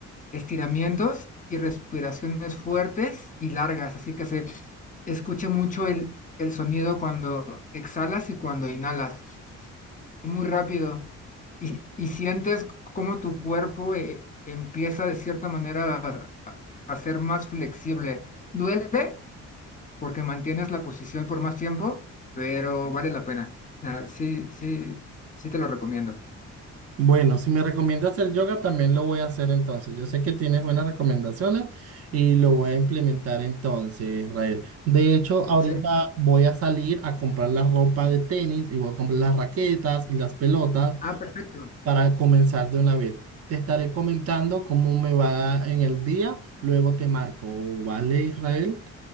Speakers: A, on the left (about 25°); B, on the right (about 55°).
A: estiramientos y respiraciones fuertes y largas, así que se escucha mucho el, el sonido cuando exhalas y cuando inhalas, y muy rápido, y, y sientes cómo tu cuerpo eh, empieza de cierta manera a, a- a ser más flexible. Duele porque mantienes la posición por más tiempo, pero vale la pena. Ah, sí, sí, sí te lo recomiendo.
B: Bueno, si me recomiendas hacer yoga, también lo voy a hacer entonces. Yo sé que tienes buenas recomendaciones y lo voy a implementar entonces, Israel. De hecho, ahorita
A: Sí.
B: voy a salir a comprar la ropa de tenis y voy a comprar las raquetas y las pelotas
A: Ah, perfecto.
B: para comenzar de una vez. Te estaré comentando cómo me va en el día, luego te marco, ¿vale, Israel?